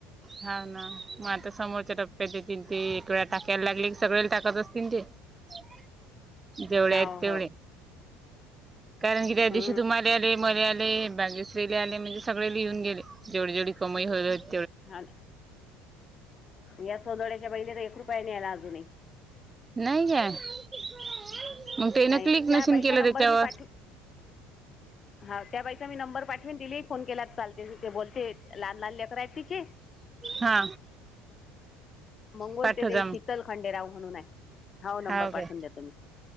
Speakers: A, on the right; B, on the left.
A: हा ना मग आता समोरच्या टप्प्यात तन ते एक वेळा टाकायला लागले की सगळे टाकत असते तचे जेवढे
B: हो
A: आहेत तेवढे
B: हो
A: कारण की्या
B: हम्म
A: दिशी तम आले मर आले बागेशरी आले म्हणजे सगळे लिहून गेले जेवढे जेवी कमाई होत हो
B: ह या सोनवड्याच्या बहिले तर एक रुपया न्यायला अजूनही
A: नाही का मग तेन
B: नाही
A: क्लिक
B: त्या
A: नशीन
B: बाईचा
A: केलं
B: नंबर
A: त्याच्यावर
B: मी पाठव हा त्या बाईचा मी नंबर पाठविन दिली फोन केला चालते ते बोलते लहान लहान लेकररा आहेत तिचे
A: हा
B: मंगोल
A: पाठव
B: ते तेे
A: जा मग
B: शीतल खांडेराव म्हणून आहे हा
A: हाव
B: नंबर
A: काय
B: पाठवून द्या तुम्ही